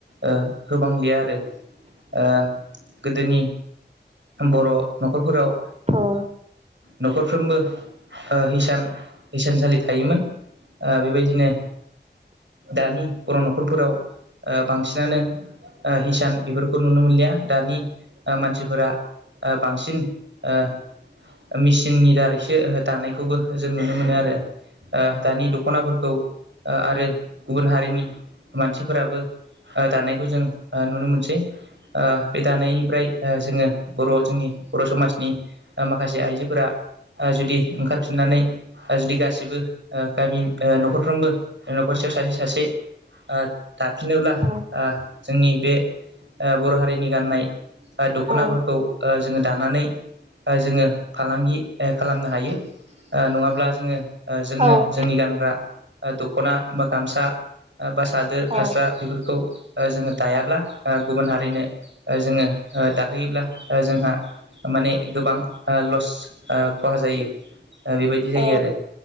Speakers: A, on the right; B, on the right.
A: ओ होबांलिया आरो ओ गोदोनि बर' न'खरफोराव ओ
B: औ
A: न'खरफ्रोमबो ओ हिसान इसानसालि थायोमोन ओ बेबायदिनो दानि बर' न'खरफोराव ओ बांसिनानो ओ हिसान बेफोरखौ नुनो मोनलिया दानि ओ मानसिफोरा ओ बांसिन ओ मिसिननि दारैसो दानायखौबो जों नुनो मोनो आरो। ओ दानि दख'नाफोरखौ ओ आरो गुबुन हारिनि मानसिफोराबो ओ दानायखौ जों ओ नुनो मोनसै ओ बे दानायनिफ्राय ओ जोङो बर' जोंनि बर' समाजनि ओ माखासे आइजोफोरा ओ जुदि ओंखारफिननानै जुदि गासिबो ओ गामि ओ न'खरफ्रोमबो ओ न' खरसेयाव सासे सासे ओ दाफिनोब्ला
B: औ
A: ओ जोंनि बे ओ बर' हारिनि गाननाय ओ दख'नाफोरखौ
B: औ
A: ओ जोङो दानानै ओ जोङो फालांगि ओ खालाम नो हायो ओ नङाब्ला जोङो ओ जोंनो
B: औ
A: जोंनि गानग्रा ओ दख'ना बा गामसा बा सादोर
B: औ
A: फास्रा बेफोरखौ ओ जोङो दायाब्ला ओ गुबुन हारिनो ओ जोङो ओ दाहोयोब्ला ओ जोंहा माने गोबां ओ लस ओ खहा ओ जायो बेबायदि जायो
B: औ
A: आरो